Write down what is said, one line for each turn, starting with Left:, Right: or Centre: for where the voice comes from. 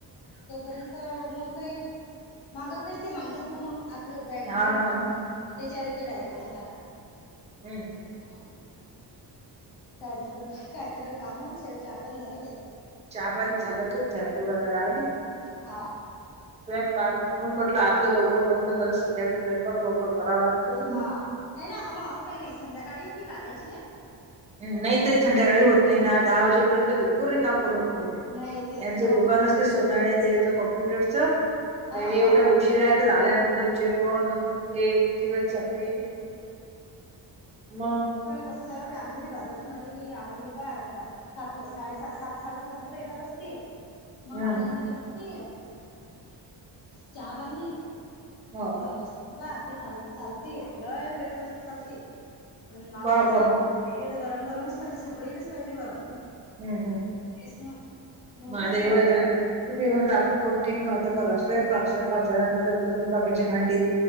Left: तोपर्यंत मग काही मागत नाहीत ते मागतात ना मग! आपलं बॅग
Right: हा
Left: डिटेल
Right: ना हा
Left: मार
Right: ना
Left: त्याच्यावर तेे डायरेट अस टाका
Right: हम्म हम्म
Left: हा काय झालं काय काय झाल काम च पण चाय बंद झाल काय
Right: चहा पाणी झालंत तेवढा तर राहिली
Left: हा
Right: स्वयंपाक म्हणून म्हट आपलं लवकर बोन म जरा संध्याकाळी स्वयंपाक लवकर करावा लागतो.
Left: हा नाही ना आम असं काही नाही संध्याकाळी बी लागायचे.
Right: नाही नाही संध्याकाळी होत नाही ना दहा वाजेपर्यंत बिरपूर रिकाम पण
Left: नाही तेच
Right: यांचं
Left: ना
Right: दुकान
Left: होतच
Right: असते
Left: नाही
Right: उनालेले याच कॉम्प्युटर च तर
Left: हा
Right: हे एवढ्या
Left: हा
Right: उशीरायायचं झाल्यानंतर जेव ते कितीवर जाते मग!
Left: तसं जाव आमच्या घरी बाजारात आले की आम्हाला हे पाय असं सात साडे सात साडेसात वाजता तर येतात असते मग
Right: हम्म
Left: आल्यानंतररी चहा पाणी
Right: हो
Left: पाक हे चाल चालते लय वेळपर्यंत चालते आणि मामाच
Right: पहा बा
Left: तर
Right: मग
Left: गरम गरमच पाहिजे सगळेच पाहिजे गरम
Right: हम्म हम्
Left: तेच ना होतच
Right: मग आता
Left: नाही
Right: एवढंच
Left: लवकर
Right: आहे तुम्ही म्हण आपण कंटिन्यू आता बघा स्वयपाक स्वयंपाक झाल्यानंतर स्वयंपाकाची भांडी